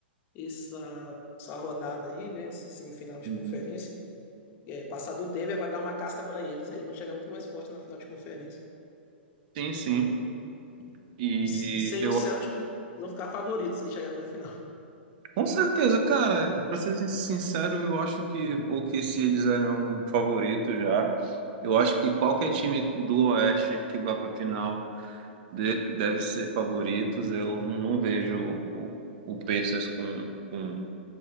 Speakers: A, on the left (about 35°); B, on the right (about 50°).
A: essa, essa rodada aí, né? Esse semifinal de
B: Uhum.
A: conferência, é, passar do Denver vai dar uma casca para eles, aí eles vão chegar muito mais forte na final de conferência.
B: Sim,
A: Eles
B: sim.
A: estão
B: E
A: E, e sem
B: eu
A: o Celtic, né? Eles vão ficar favoritos se eles chegarem na final.
B: Com certeza, cara, pra ser sin- sincero, eu acho que, ou que se eles eram favoritos já, eu acho que qualquer time do Oeste que vá pra final de- deve ser favoritos. Eu não vejo o, o Pacers com, com,